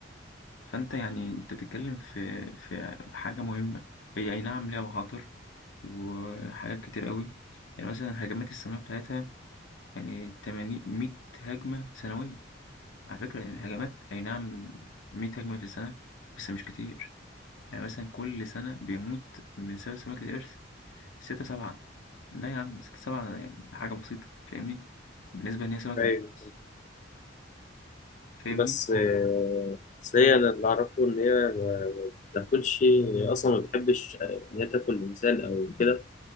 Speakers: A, on the left (about 80°); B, on the left (about 40°).
A: فأنت يعني أنت بتتكلم في في حاجة مهمة هي أي نعم ليها مخاطر وحاجات كتير قوي يعني مثلا هجمات السنوية بتاعتها يعني 80 100 هجمة سنوية على فكرة يعني الهجمات أي نعم 100 هجمة في السنة بس مش كتير يعني مثلا كل سنة بيموت من سبب سمكة القرش ستة سبعة لا يا عم ستة سبعة يعني حاجة بسيطة فاهمني بالنسبة إن هي سمك
B: أيوه
A: مفترس فاهمني
B: بس آه، بس هي أنا اللي أعرفه إن هي ما بتاكلش هي أصلا ما بتحبش آه، إن هي تاكل إنسان أو كده